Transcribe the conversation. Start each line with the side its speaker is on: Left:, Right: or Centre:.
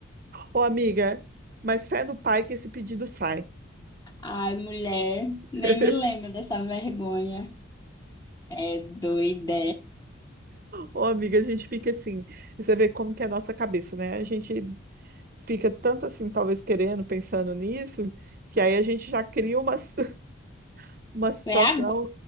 Right: Ô, amiga, mas fé no pai que esse pedido sai.
Left: <laughs> Ai, mulher, nem
Right: <laughs>
Left: me lembro dessa vergonha. É doida.
Right: Ô, amiga, a gente fica assim, você vê como que é a nossa cabeça, né? A gente fica tanto assim, talvez querendo, pensando nisso, que aí a gente já cria uma, <laughs> uma situação,
Left: É agora.